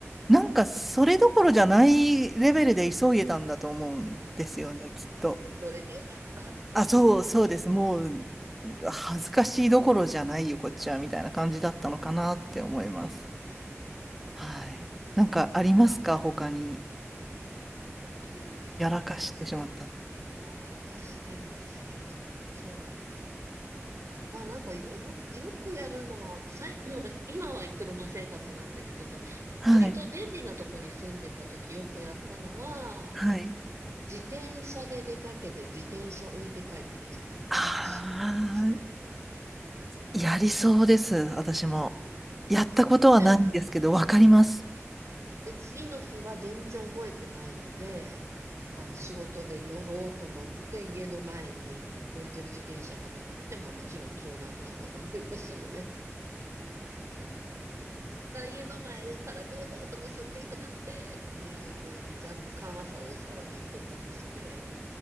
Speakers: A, in the centre; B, on the right (about 70°).
A: なんかそれどころじゃないレベルで急いでたんだと思うんですよね、きっと。
B: 乗れてよかったっていう。
A: あ、そう、そうです。もう、恥ずかしいどころじゃないよ、こっちは、みたいな感じだったのかなって思います。
B: あの、
A: はい。なんかありますか他に。
B: 呼吸とか、
A: やらかしてしまった。
B: こいや、やらかしてますけど、あと、まあなんかよ、よ、よくやるのは、さい、<clears throat> 今は車生活なんですけど、
A: はい。
B: 割と便利なとこに住んでた時よくやったのは、
A: はい。
B: 自転車で出かけて自転車置いて帰ってきちゃうみたいな、
A: ああ、
B: すごいありました。
A: やりそうです、私も。
B: うん
A: やったことはないんですけど、
B: で、
A: わかります。
B: で、次の日は全然覚えてないので、あの、仕事で乗ろうと思って家の前に置いてる自転車がなくて、まあもちろん盗難にあったと思いますよね。家の前から堂々と盗んでいくなんてっていう風に若干朝大騒ぎ一人でして